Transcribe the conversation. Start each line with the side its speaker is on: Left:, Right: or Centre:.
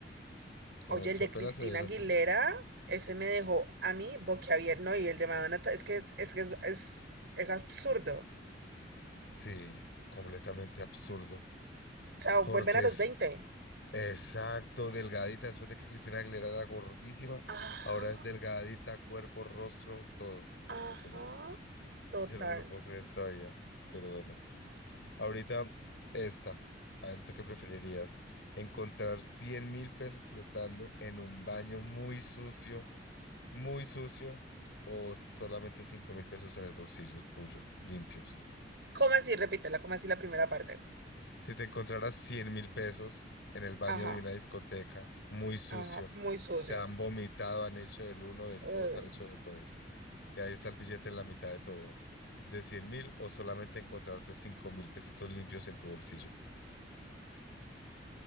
Left: como
Right: oye,
Left: si
Right: el de
Left: apenas
Right: Cristina
Left: se hubieran
Right: Aguilera,
Left: salido.
Right: ese me dejó a mí boquiabierto. No, y el de Madonna, ta- es que es, es, que es, es, es absurdo.
Left: Sí, completamente absurdo.
Right: O sea, vuelven
Left: Porque
Right: a los
Left: es
Right: 20.
Left: exacto, delgadita, después de que Cristina Aguilera era gordísima,
Right: Ajá,
Left: ahora es delgadita, cuerpo, rostro, todo. Es
Right: ajá,
Left: impresionante.
Right: total.
Left: Yo no me lo puedo creer todavía, pero bueno. Ahorita esta. A ver, ¿tú qué preferirías? ¿Encontrar cien mil pesos flotando en un baño muy sucio, muy sucio, o solamente cinco mil pesos en el bolsillo tuyo, limpios?
Right: ¿Cómo así? Repítela, ¿cómo así la primera parte?
Left: Si te encontraras cien mil pesos en el baño
Right: Ajá,
Left: de una discoteca, muy sucio,
Right: ajá, muy sucio.
Left: se han vomitado, han hecho del uno, del
Right: Ugh.
Left: dos, han hecho de todos. Y ahí está el billete en la mitad de todo. ¿De cien mil o solamente encontrarte cinco mil pesitos limpios en tu bolsillo?